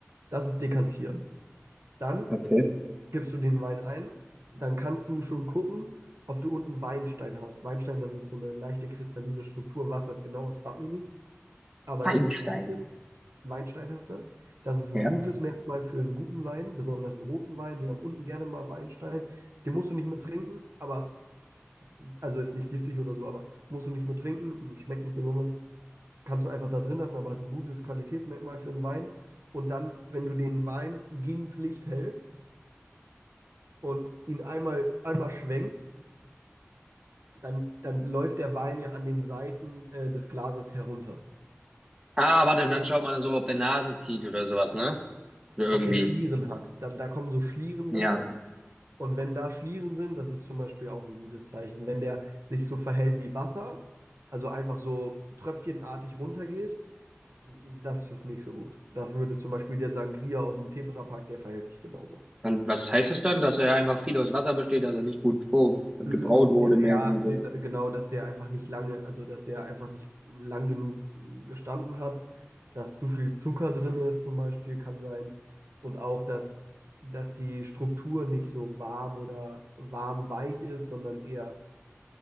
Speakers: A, on the right (about 70°); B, on the right (about 20°).
A: Das ist Dekantieren. Dann
B: Okay.
A: gibst du den Wein ein, dann kannst du schon gucken, ob du unten Weinstein hast. Weinstein, das ist so eine leichte kristalline Struktur. Was das genau ist, frag mich nicht. Aber
B: Feinstein.
A: das ist ein gutes Weinstein heißt das. Das ist
B: Ja.
A: ein gutes Merkmal für einen guten Wein, besonders einen roten Wein. Die haben unten gerne mal Weinstein. Den musst du nicht mehr trinken, aber, also ist nicht giftig oder so, aber musst du nicht mehr trinken, und schmeckt nicht besonders. Kannst du einfach da drin lassen, aber ist ein gutes Qualitätsmerkmal für einen Wein. Und dann, wenn du den Wein gegens Licht hältst und ihn einmal, einmal schwenkst, dann, dann läuft der Wein ja an den Seiten äh, des Glases herunter.
B: Ah, warte,
A: Und
B: und dann
A: wenn-
B: schaut man so, ob der Nasen zieht oder sowas, ne? Oder irgendwie.
A: ob der Schlieren hat, da, da kommen so Schlieren
B: Ja.
A: runter. Und wenn da Schlieren sind, das ist zum Beispiel auch ein gutes Zeichen. Wenn der sich so verhält wie Wasser, also einfach so tröpfchenartig runtergeht, das ist nicht so gut. Das würde zum Beispiel der Sangria aus dem Tetrapack, der verhält sich genauso.
B: Und was heißt das dann? Dass er einfach viel aus Wasser besteht, dass er nicht gut vor- gebraut
A: Mm,
B: wurde,
A: Ja,
B: mäßig
A: ja,
B: und
A: also
B: sowas.
A: da- genau, dass der einfach nicht lange, also dass der einfach nicht lang genug mm, gestanden hat, dass zu viel Zucker drin ist zum Beispiel, kann sein. Und auch, dass, dass die Struktur nicht so warm oder warm-weich ist, sondern eher